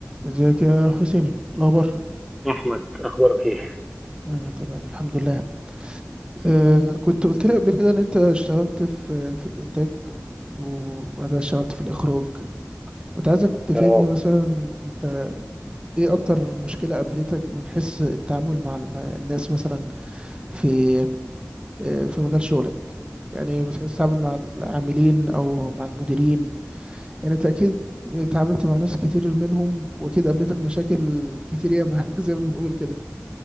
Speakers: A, on the right; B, in the centre.
A: ازيك يا حسيني الاخبار
B: أحمد أخبارك إيه؟
A: آه، تمام الحمد لله مم. آه، كنت قلت لي قبل كده ان انت اشتغلت في في الانتاج وبعدها اشتغلت في الاخراج كنت عايزك تفيدني
B: اه
A: مثلا انت ايه اكتر مشكلة قابلتك من حيث التعامل مع ال- الناس مثلا في آه، في مجال شغلك يعني بتحس تتعامل مع العاملين او مع المديرين يعني انت اكيد اتعاملت مع ناس كتير منهم واكيد قابلتك مشاكل كتير ياما <laughs> زي ما بنقول كده